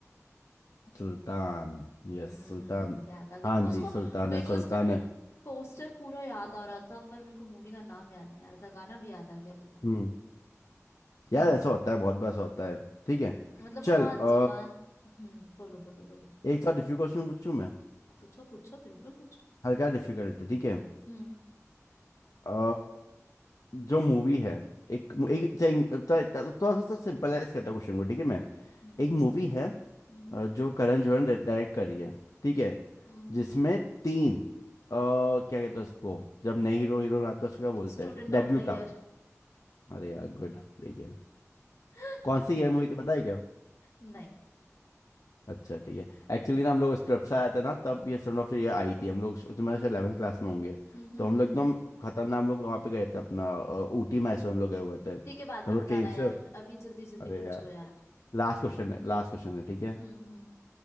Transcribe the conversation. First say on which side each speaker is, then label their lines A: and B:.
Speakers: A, on the left (about 80°); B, on the left (about 60°).
A: सुल्तान
B: हम्म
A: यस सुल्तान
B: याद आ गया
A: हाँ
B: मेरे को उसको
A: जी सुल्तान
B: मेरे
A: है
B: को
A: सुल्तान
B: उसका
A: है
B: पोस्टर पूरा याद आ रहा था पर मेरे को मूवी का नाम याद नहीं आ रहा था गाना भी याद आ गया बताओ
A: हम्म
B: हम्म
A: यार ऐसा होता है बहुत बार ऐसा होता है ठीक है
B: मतलब
A: चल
B: वो हाँ
A: अ,
B: जुबान हम्म बोलो बोलो बोलो
A: एक साथ डिफिकल्ट क्वेश्चन पूछूं मैं
B: पूछो पूछो बिल्कुल पूछो
A: हल्का डिफिकल्ट ठीक है
B: हम्म
A: अ, जो मूवी है एक एक थोड़ा सा सिंपलाइज करता हूँ क्वेश्चन को ठीक है मैं
B: हम्म
A: एक मूवी है
B: हम्म
A: अ, जो करण जोहर ने डायरेक्ट करी है ठीक है
B: हम्म
A: जिसमें तीन अ, क्या कहते हैं उसको जब नए हीरो हीरो आता है उसको क्या बोलते
B: स्टूडेंट
A: हैं डेब्यूटा
B: ऑफ द ईयर
A: अरे यार गुड देखिए
B: <laughs>
A: कौन सी ईयर मूवी थी पता है क्या
B: नहीं
A: अच्छा ठीक है एक्चुअली ना हम लोग उस ट्रिप से आए थे ना तब ये सन ऑफ ईयर आई थी हम लोग तुम्हारे शायद 11th क्लास में होंगे
B: हम्म हम्म
A: तो हम
B: हम्म
A: लोग एकदम खतरनाक हम लोग वहाँ पे गए थे अपना अ, ऊटी मैसूर हम लोग गए हुए थे तो
B: ठीक है बाद में
A: हम लोग
B: बताना
A: ट्रेन
B: यार
A: से
B: अभी जल्दी जल्दी
A: अरे
B: पूछो
A: यार
B: यार
A: लास्ट क्वेश्चन है लास्ट क्वेश्चन है ठीक है
B: हम्म हम्म